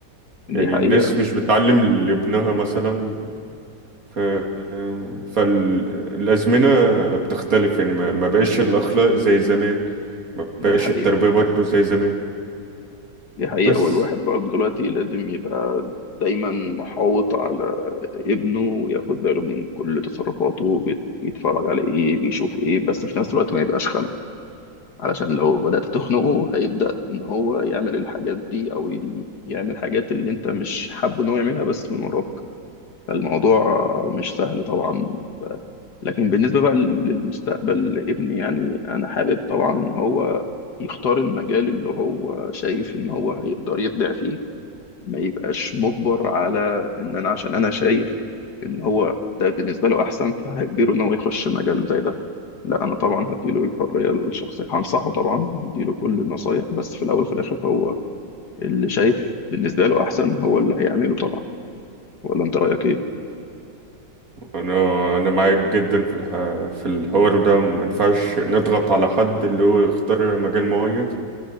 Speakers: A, on the left; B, on the right.
A: دي
B: يعني
A: حقيقة
B: الناس مش بتعلم لابنها مثلا ف... فالأزمنة بتختلف يعني ما ما بقاش الأخلاق زي زمان ما بقاش
A: دي حقيقة
B: التربية برضه زي زمان
A: دي حقيقة
B: بس
A: والواحد برضه دلوقتي لازم يبقى دايما محاوط على ابنه وياخد باله من كل تصرفاته بيت- بيتفرج على ايه بيشوف ايه بس في نفس الوقت ما يبقاش خانق علشان لو بدأت تخنقه هيبدأ ان هو يعمل الحاجات دي او ي- يعمل حاجات اللي انت مش حابه ان هو يعملها بس من وراك فالموضوع مش سهل طبعا لكن بالنسبة بقى للمستقبل لابني يعني أنا حابب طبعا إن هو يختار المجال اللي هو شايف إن هو هيقدر يبدع فيه ما يبقاش مجبر على إن أنا عشان أنا شايف إن هو ده بالنسبة له أحسن فهجبره إن هو يخش مجال زي ده لا أنا طبعا هديله الحرية الشخصية هنصحه طبعا هديله كل النصايح بس في الأول وفي الآخر هو اللي شايف بالنسبة له أحسن هو اللي هيعمله طبعا ولا أنت رأيك إيه؟
B: أنا أنا معاك جدا في الح... في الحوار ده ما ينفعش نضغط على حد اللي هو يختار مجال معين